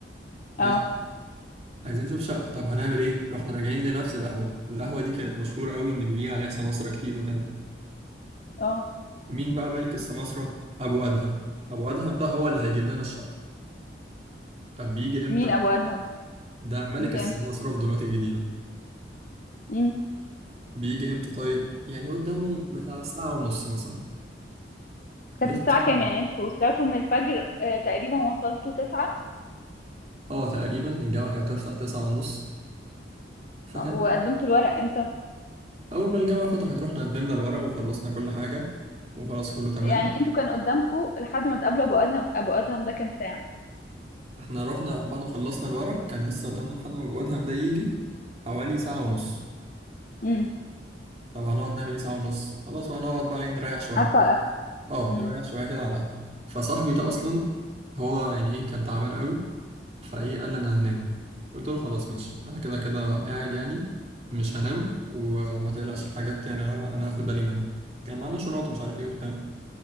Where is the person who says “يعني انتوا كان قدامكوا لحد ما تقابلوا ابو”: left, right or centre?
Left